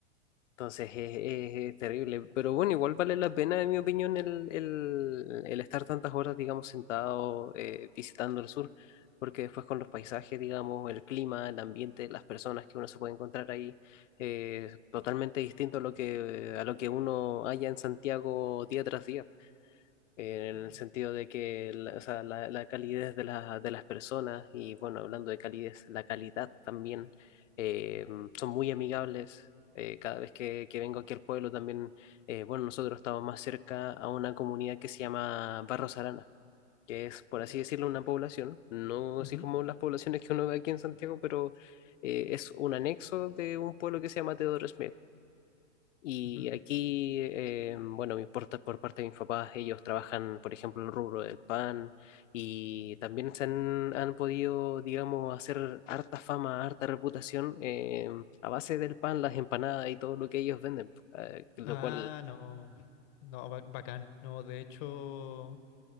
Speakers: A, on the left; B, on the left.
A: Entonces es, es- es terrible. Pero bueno, igual vale la pena, en mi opinión, el, el- el estar tantas horas, digamos, sentado eh, visitando el sur. Porque después con los paisajes, digamos, el clima, el ambiente, las personas que uno se puede encontrar ahí eh, totalmente distinto a lo que, a lo que uno halla en Santiago día tras día en
B: Mm,
A: el sentido de que la, o sea, la, la calidez de, la- de las personas y bueno, hablando de calidez, la calidad también, eh, son muy amigables. Eh, cada vez que, que vengo aquí al pueblo también, eh, bueno, nosotros estamos más cerca a una comunidad que se llama Barros Arana, que es, por
B: ya.
A: así decirlo, una población, no
B: Ujú,
A: así como las poblaciones que uno ve aquí en Santiago, pero eh, es un anexo de un pueblo que se llama Teodoro Smith. Y
B: ujú.
A: aquí, eh, bueno, mi porta- por parte de mis papás, ellos trabajan, por ejemplo, en el rubro del pan y también se han, han podido, digamos, hacer harta fama, harta reputación eh, a base del pan, las empanadas y todo lo que ellos venden, eh, lo
B: Ah,
A: cual
B: no. No, ba- bacán. No, de hecho.